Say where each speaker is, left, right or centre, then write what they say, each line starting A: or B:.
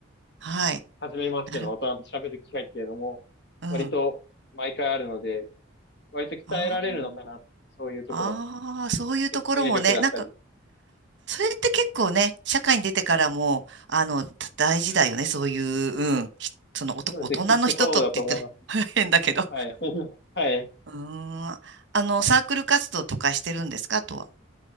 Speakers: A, on the right; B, on the left.
A: はい。
B: 初めましての大人と喋る機会っていうのも、
A: なる、うん。
B: 割と毎回あるので、割と鍛えられるのかな。
A: ああ。
B: そういうところも。
A: ああ、そういうところもね、
B: 説明力だったり。
A: なんか、それって結構ね、社会に出てからも、あの、た大事だよね、
B: はい。
A: そういう、うん、ひその、おと、
B: そうですね。
A: 大人の人とって言ったら
B: きっとそうだと思います。
A: <laughs> 変だけど。
B: はい。<laughs> はい。
A: うーん、あの、サークル活動とかしてるんですか、あとは。